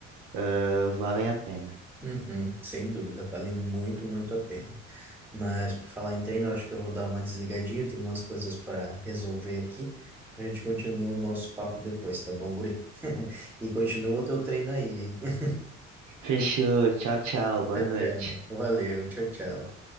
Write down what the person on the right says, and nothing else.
Ah, valem a pena.
Fechou. Tchau, tchau. Boa
noite.